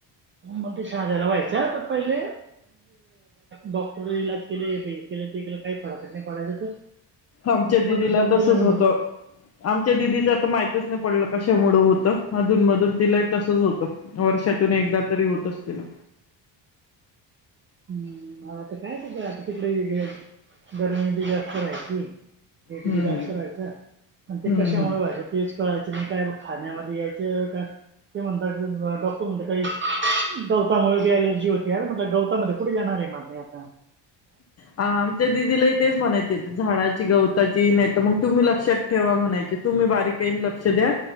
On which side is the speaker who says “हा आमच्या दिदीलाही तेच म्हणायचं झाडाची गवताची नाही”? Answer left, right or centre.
Left